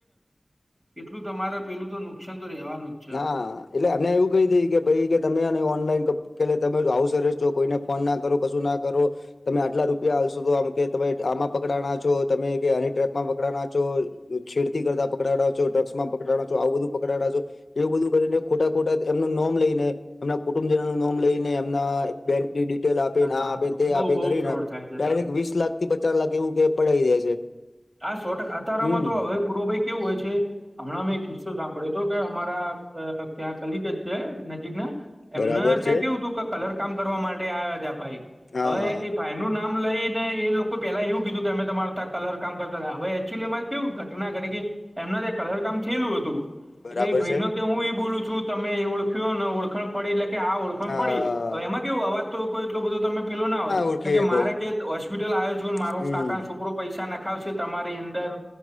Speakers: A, on the right; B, on the left.
A: <unintelligible> એટલું તમારા પેલું તો નુકસાન તો રહેેવાનું જ. છે
B: હા એટલે અને એવું કહી દી કે ભાઈ કે તમે એને ઓનલાઈન કેલે તમે આવ સરસ જો કોઈને ફોન ના કરો કશું ના કરો તમે આટલા રૂપિયા હલશો તો આમ કે તમે આમાં પકડાના છો તમે કે આની ટ્રેપમાં પકડાના છો છેડતી કરતા પકડાડો છો, ડ્રગ્સમાં પકડના છો, આવું બધું પકડાડા છો એવું બધું કરીને ખોટા ખોટા એમનું નોમ લઈને એમના કુટુંબજનો નું નોમ લઈને એમના બેંક ટેલ આપે
A: બઉ
B: ને આ આપે તે આપે
A: બઉ
B: કરીને
A: ફ્રોડ
B: ડાયરેક્ટ
A: થાય છે ધર્મ
B: વીસ લાખથી પચાસ લાખ એવું કે પડાય દે છે.
A: આ સો ટકા આતારામાં
B: હમ
A: તો અવે પૂર્વભાઈ કેવું હોય છે. અમણાં મેં એક કિસ્સો સાંભળ્યો હતો કે અમારા ત્યાં કલિગ છે નજીક ના એમને
B: બરાબર
A: ત્યાં
B: છે
A: કેવું હતું કલર કામ કરવા માટે આવ્યા છે ભાઈ.
B: હા
A: અવે
B: હા
A: એ ભાઈ નું નામ લઈ ને એ લોકો પેલા એવું કીધું કે અમે તમાર ત્યા કલર કામ કરતા અવે એકચ્યુલી માં કેવું ઘટના ઘટી કે એમના જે કલરકામ થયેલું હતું.
B: બરાબર
A: એટલે એ ભાઈ
B: છે
A: ન કે હું બોલું છું તમે ઓળખ્યો ન ઓળખણ પડી એટલે કે આ ઓળખણ
B: હા
A: પડી તો એમાં કેવું અવાજ તો કોઈ એટલો બધો તમે પેલું ના હોય
B: ઓળખી
A: એટલે કે
B: હકો
A: મારે કે હોસ્પિટલ આયો ચુ ને મારો
B: હમ
A: કાકા છોકરો પૈસા નખાવશે તમારી અંદર